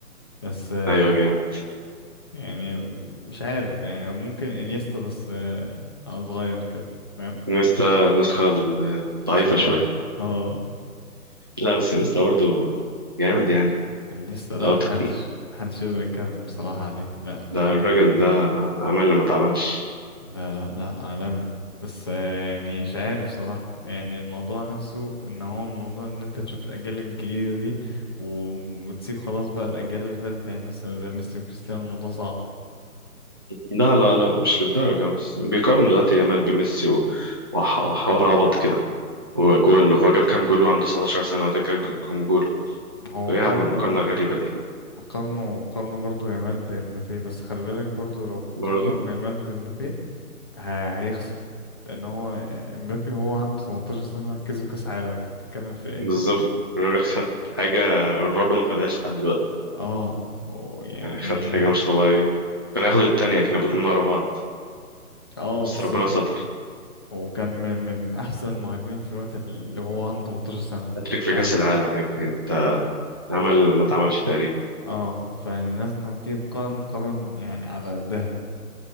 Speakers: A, on the left; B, on the right.
A: بس
B: ايوه جامد
A: يعني مش عارف يعني ممكن انيستا بس آه، انا صغير كده فاهم
B: نيستا النسخة الضعيفة
A: مصغر
B: شوية
A: اه
B: لا بس نيستا برضه جامد يعني
A: انيستا لا
B: او تك...
A: محدش محدش يقدر يتكلم بصراحة عليه لا
B: ده
A: عالمي
B: الراجل ده عمل اللي ما اتعملش
A: لا لا لا عالمي بس آه، يعني مش عارف صراحة يعني الموضوع نفسه ان هو الموضوع ان انت تشوف الاجيال الجديدة دي و- وتسيب خلاص بقى الاجيال اللي فاتت يعني مثلا زي ميسي وكريستيانو الموضوع صعب
B: لا لا لا مش للدرجة بس بيقارنوا دلوقتي يامال بميسي و... وح- وحوار عبط كده وجول وهو جاب كام جول وعنده 17 سنة وده جاب كام جول
A: هو
B: ايه
A: قارنه
B: يا عم المقارنة غريبة دي
A: قارنوا قارنوا برضو يامال بمبابي بس خلي بالك برضو لو
B: برضه
A: قارنوا يامال بمبابي ه- هيخسر لان هو مبابي هو عنده 18 سنة كسب كاس عالم انت بتتكلم في ايه
B: بالظبط الراجل خد حاجة رونالدو ما خدهاش لحد دلوقتي
A: اه هو يعني
B: يعني خد حاجة مش طبيعية كان هياخد التانية كانوا الاتنين ورا بعض
A: اه
B: بس
A: بالظبط
B: ربنا ستر
A: وكان من, من احسن المهاجمين في الوقت اللي هو عنده 18 سنة
B: هاتريك في
A: ف
B: كأس العالم يا ابني انت عمل ما اتعملش تقريبا
A: اه فالناس لما تيجي تقارن قارن يعني على قدها